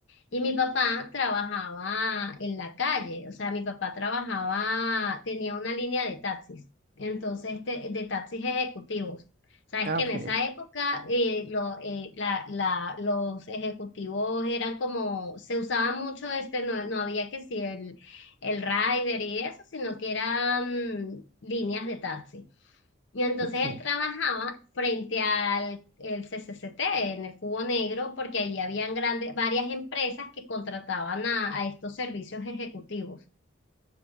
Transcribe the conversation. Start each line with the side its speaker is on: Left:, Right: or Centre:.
Left: Y mi papá trabajaba en la calle, o sea, mi papá trabajaba, tenía una línea de taxis, entonces de, de taxis ejecutivos. Sabes
Right: Ah,
Left: que
Right: Ok,
Left: en esa época eh, lo- eh, la- la- los ejecutivos eran como, se usaba mucho este, no, no había que si el, el Rider y eso, sino que eran mm, líneas de taxi. Y entonces
Right: ok,
Left: él trabajaba frente al el C C C T en el Cubo Negro, porque ahí habían grandes, varias empresas que contrataban a, a estos servicios ejecutivos.